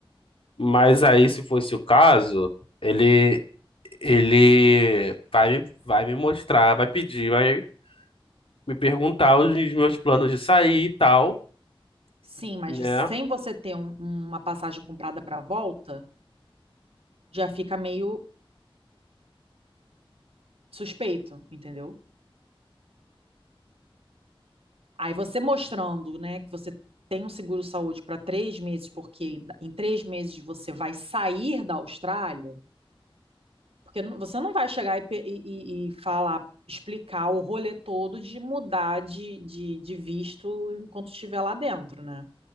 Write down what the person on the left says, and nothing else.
Mas aí, se fosse o caso, ele, ele vai, me- vai me mostrar, vai pedir, vai me perguntar os meus planos de sair e tal,
né?